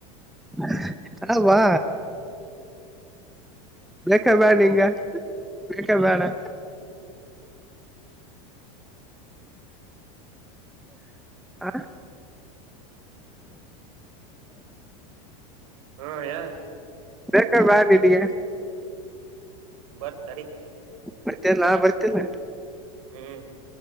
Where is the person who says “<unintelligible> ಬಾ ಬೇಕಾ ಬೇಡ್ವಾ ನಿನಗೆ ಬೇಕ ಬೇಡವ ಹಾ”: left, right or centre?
Centre